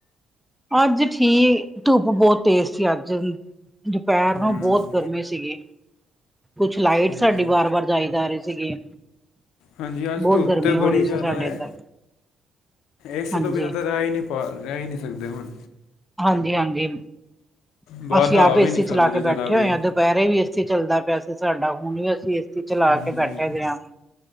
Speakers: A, in the centre; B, on the left (about 75°).
A: ਅੱਜ ਠੀ, ਧੁੱਪ ਬਹੁਤ ਤੇਜ਼ ਸੀ ਅੱਜ ਵੀ ਦੁਪਹਿਰ
B: ਹਮ
A: ਨੂੰ ਬਹੁਤ ਗਰਮੀ ਸੀਗੀ। ਕੁਛ ਲਾਈਟ
B: ਹਾਂਜੀ
A: ਸਾਡੀ ਵਾਰ-ਵਾਰ ਜਾਈ ਜਾ ਰਹੀ ਸੀਗੀ।
B: ਹਾਂਜੀ ਅੱਜ
A: ਬਹੁਤ
B: ਧੁੱਪ
A: ਗਰਮੀ
B: ਤੇ
A: ਹੋ
B: ਬੜੀ
A: ਰਹੀ
B: ਜ਼ਿਆਦਾ
A: ਸੀ ਸਾਡੇ
B: ਐ,
A: ਇੱਧਰ,
B: ਏਸੀ
A: ਹਾਂਜੀ।
B: ਤੋਂ ਬਿਨਾਂ ਤਾਂ ਰਹਿ ਈ ਨੀ ਪਾ ਰਹਿ ਈ ਨੀ ਸਕਦੇ ਹੁਣ
A: ਹਾਂਜੀ ਹਾਂਜੀ,
B: ਬਾਹਰ
A: ਅਸੀਂ
B: ਹਵਾ
A: ਆਪ
B: ਵੀ
A: ਏਸੀ
B: ਨਹੀਂ ਚੱਲ
A: ਚਲਾ ਕੇ
B: ਰਹੀ ਜ਼ਰਾ
A: ਬੈਠੇ
B: ਵੀ
A: ਹੋਏ ਆ ਅ ਦੁਪਹਿਰੇ ਵੀ ਏਸੀ ਚੱਲਦਾ ਪਿਆ ਸੀ ਸਾਡਾ ਹੁਣ ਵੀ ਅਸੀਂ ਏਸੀ ਚਲਾ
B: ਹਾਂਜੀ
A: ਕੇ ਬੈਠੇ ਹੋਏ ਆ।